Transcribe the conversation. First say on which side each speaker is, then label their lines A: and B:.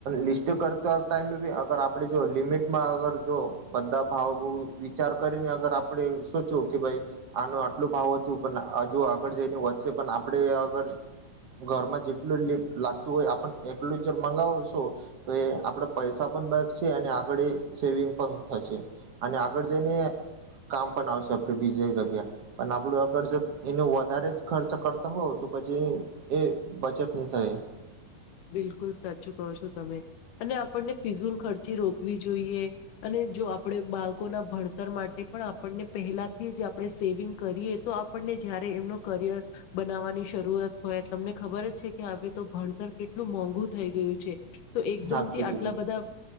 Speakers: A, on the right (about 55°); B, on the left (about 75°).
A: લિસ્ટ કરતો આ ટાઈમે અગર આપડે જો લિમિટમાં અગર જો બધા ભાવભ વિચાર કરીને અગર આપડે ચું કે ભાઈ આનું આટલું ભાવ હતું પણ હજું જો આગળ જઈને વધશે પણ આપડે આગર ઘરમાં જેટલું લાગતું હોય આપને એલું જ જો મંગાવશો તો એ આપડે પૈસા આ સેવિંગ પણ અને આગળ જઈને કામ પણ આવશે આપે બીજ જગ્યા પણ આપડું આગર એને વધારે જ ખર્ચ કરતા હોવ તો પછી એ બચતની થાય
B: <inaudible> બિલકુલ સાચું કહો છો તમે અને આપણને ફિઝુલ ખર્ચી રોકવી જોઈએ અને જો આપણે બાળકોના ભણતર માટે પણ આપણને પહેલાથી જ આપણે સેવિંગ કરીએ તો આપડે જયારે એમનું કરિયર બનાવવાની શરૂઆત હોય તમને ખબર જ છે કે હ તો ભણતર કેટલું એટલું મોંઘું થઈ ગયું છે તો એકદમથી
A: સાચું
B: આટલા
A: કીધું
B: બધા